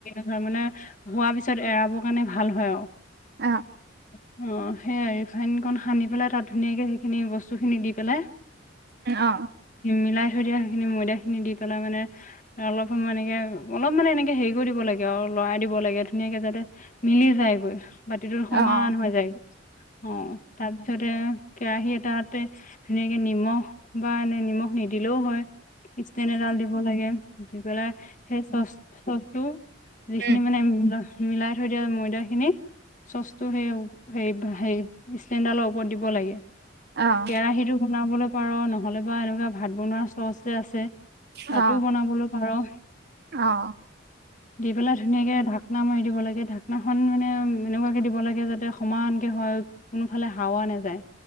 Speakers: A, on the left; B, on the right.
A: হয় মানে হোৱাৰ পিছত এৰাব মানে ভাল হয় আৰু।
B: অ'।
A: অ' সেই ৰিফাইনকণ সানি পেলাই তাত ধুনীয়াকৈ সেইখিনি বস্তুখিনি দি পেলাই
B: অ', অ',
A: মিলাই দিয়া খিনি ময়দা খিনি দি পেলাই মানে অলপ সময় এনেকে অলপ মানে এনেকে হেৰি কৰি দিব লাগে। লৰাই দিব লাগে ধুনীয়াকে যাতে মিলি যায়গৈ। বাতিটোৰ সমান
B: অ',
A: হৈ যায়। অ' তাৰপিছত পিছতে কেৰাহী এটাতে ধুনীয়াকে নিমখ বা এনে নিমখ নিদিলেও হয়। ইছ্টেন এডাল দিব লাগে। দি পেলাই সেই চছ চছটো যিখিনি
B: উম,
A: মানে মিলাই থৈ দিয়া ময়দা খিনি চচটো সেই হেই হেৰি ষ্টেণ্ডালৰ ওপৰত দিব লাগে।
B: অ',
A: কেৰাহীটো বনাবলৈ পাৰ নহ'লে বা এনেকুৱা ভাত বনোৱা চছ যে আছে। তাতো
B: অ',
A: বনাবলৈ বাৰু
B: অ'।
A: দি পেলাই ধুনীয়াকে ঢাকনা মাৰি দিব লাগে। ঢাকনাখন মানে এনেকুৱাকে দিব লাগে যাতে সমানকে হয় কোনোফালে হাৱা নাযায়।